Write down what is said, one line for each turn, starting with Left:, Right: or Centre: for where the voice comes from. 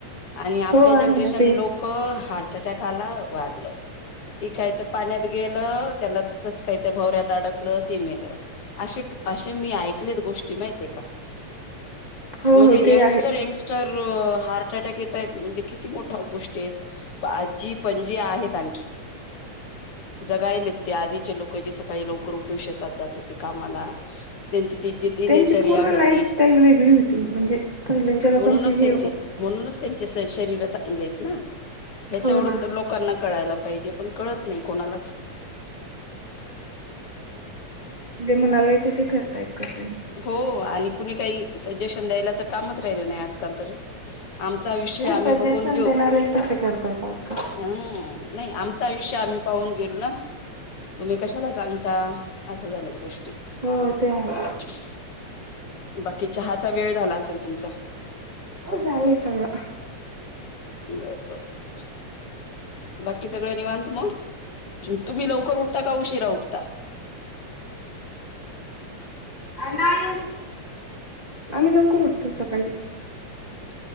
Left: आणि आपल्या
Right: हो आहे
Left: जनरेशन
Right: ना ते
Left: लोक ओ ह हार्ट अटॅकला वारल ते काही तर पाण्यात गेलं त्याला तिथच काहीतरी भवऱ्यात अडकलं ते मेल असे असे मी ऐकलेत गोष्टी माहिित आहे का
Right: हो
Left: म्हणजे
Right: हो ते
Left: यंगस्टर
Right: आहे
Left: यंगस् तर हार्ट अटॅक येतय म्हणजे किती मोठ्या गोष्टी आहेत आजी पणजी आहेत आणखी जगायले ते आधीचे लोक जे सकाळी लवकर उठून शेतात जात होते कामाला त्यांची ती जी दिनेचर्या
Right: त्यांची पूर्ण
Left: होती
Right: लाईफस्टाईल वेगळी होती म्हणजे पहिल्यांच्या लोकांचे
Left: म्हणूनच
Right: जे
Left: त्यांचे. म्हणूनच त्यांचे शरीर चांगले आहेत ना ह्याच्याकडून
Right: हो ना
Left: तर लोकांना कळायला पाहिजे पण. कळत नाही कोणालाच.
Right: जे म्हणाला येते ते करताय कसंही.
Left: हो आणि कुणी काही सजेशन द्यायला तर कामच राहिल नाही आजकाल तर. आमचा विषय आम्ही
Right: सजेशन
Left: बघून
Right: देणारेच कसे करतायेत आता.
Left: हम्म! नाही आमचा आयुष्य आम्ही पाहून गेलो ना. तुम्ही कशाला सांगता असं झालंत गोष्टी.
Right: हो ते आहे.
Left: ह <unintelligible> बाकी चहाचा वेळ झाला असेल तुमचा.
Right: हो झालंय सगळ.
Left: बर बर बर. बाकी सगळं निवात मग तुम्ही लवकर उठता का उशिरा उठता.
Right: आ नाही अजून. आम्ही लवकर उठतो सकाळी.
Left: <inaudible>